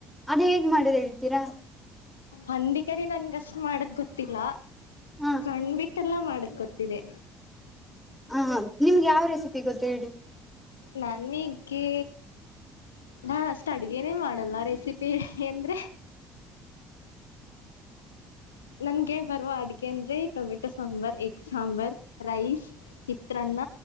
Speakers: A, in the centre; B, on the left (about 85°).
A: ಅದ ಹೇಗ್ ಮಾಡೋದು ಹೇಳ್ತೀರಾ
B: ಹಂದಿಕರಿ ನನ್ಗಷ್ಟ್ ಮಾಡಕ್ ಗೊತ್ತಿಲ್ಲ
A: ಹ
B: ಕಂಡ್ಬಿಟ್ಟ ಎಲ್ಲಾ ಮಾಡದ ಗೊತ್ತಿದೆ.
A: ಹ ನಿಮ್ಗೆ ಯಾವ್ ರೆಸಿಪಿ ಗೊತ್ತು ಹೇಳಿ.
B: ನನಿಗೆ. ನಾ ಅಷ್ಟ ಅಡ್ಗೆೇನೇ ಮಾಡಲ್ಲ ರೆಸಿಪಿ ಎನ್ದ್ರೆ. ನನ್ಗೆ ಬರುವ ಅಡಗೆ ಅಂದ್ರೆ tomato sambar egg sambar rice ಚಿತ್ರನ್ನ.